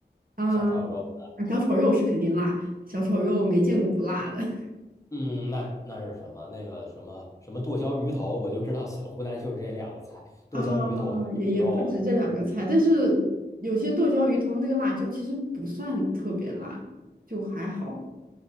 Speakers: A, on the right; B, on the left.
A: 啊。
B: 小炒肉，
A: 啊小炒肉是肯定辣，小炒肉没见过不辣的 <laughs>
B: 嗯，那那是什么？那个什么什么剁椒鱼头，我就知道西湖南就是这两个菜，
A: 啊，
B: 剁椒鱼头、小炒肉。
A: 也也不止这两个菜，但是有些剁椒鱼头那个辣椒其实不算特别辣，就还好，